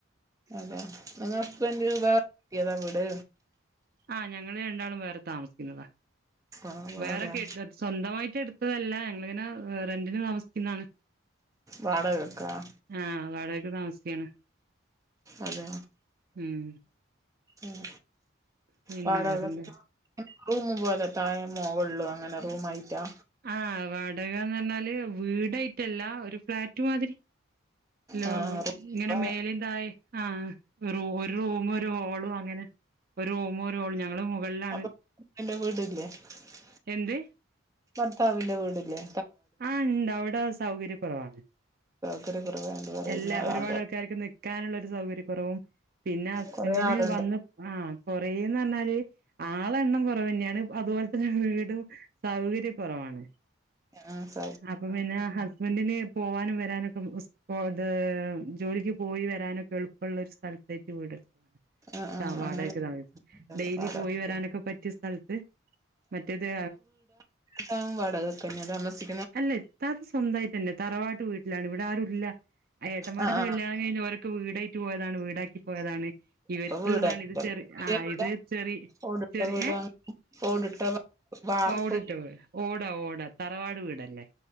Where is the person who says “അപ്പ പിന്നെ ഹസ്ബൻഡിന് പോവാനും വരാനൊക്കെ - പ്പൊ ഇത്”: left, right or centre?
Right